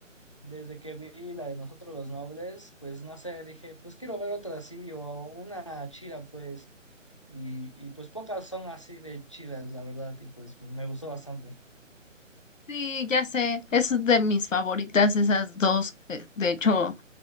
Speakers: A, on the left; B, on the left.
A: desde que vi la de Nosotros los Nobles, pues no sé, dije, pues quiero ver otra así o una chida pues y, y pues pocas son así de chidas, la verdad, y pues me gustó bastante.
B: Sí, ya sé, es de mis favoritas esas dos. eh, De hecho,